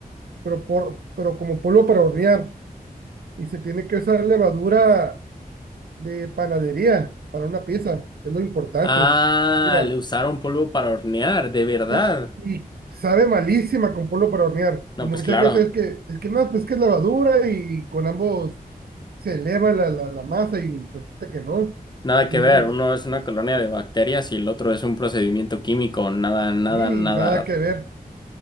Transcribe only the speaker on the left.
Ah,
le usaron polvo para hornear, de verdad.
No,
pues claro,
nada
que ver.
Uno es una colonia de bacterias y el otro es un procedimiento químico. Nada, nada,
nada.